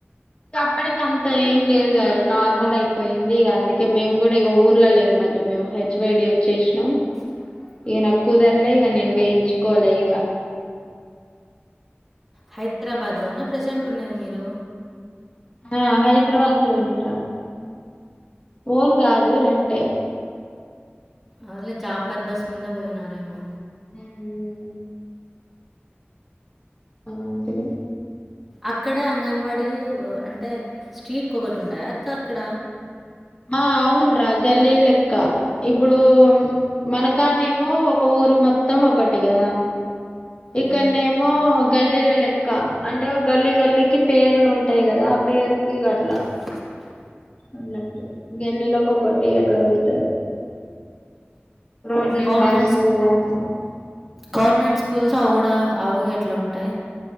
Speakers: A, on the left; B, in the centre.
A: ఇగ అప్పటికి అంత ఏం లేదు గర నార్మల్ అయిపోయింది ఇక అందుకే మేము కూడా ఇక ఊర్లో లేము మళ్ళీ మేము హెచ్ వైడి వచ్చేసినం
B: అ
A: ఈగ నాకు కుదర్లే ఈగ నేను వేయించుకోవలే ఈగ
B: హైదరాబాద్ లోనా ప్రజెంట్ ఉన్నది మీరు
A: ఆ హైదరాబాద్ లోనేరా ఓన్ కాదు రెంటే
B: అవునులే జాబ్ పర్పస్ మీద పోయినారేమో
A: హు హామ్ అలాంటిదే
B: అక్కడ అంగన్వాడీలు అంటే స్ట్రీట్కి ఒకటి ఉంటాయా అక్క అక్కడ
A: ఆ అవున రా గల్లీల లెక్క ఇప్పుడు మనకాన్న ఏమో ఒక ఊరుకి మొత్తం ఒకటి కదా ఇక్కడనే
B: హ్మ్.
A: ఏమో గల్లీల లెక్క అంటే గల్లీ గల్లికి పేర్లు ఉంటాయి కదా పేరుకి ఇగ అట్లా
B: ఆ
A: అన్నట్టు గల్లీలలకు ఒకటి అట్లా పెడతారు రోడ్ నెంబర్స్
B: గవర్నమెంట్ స్కూ
A: అట్లా
B: గవర్నమెంట్ స్కూల్స్ అవి కూడా అవి ఎట్లా ఉంటాయి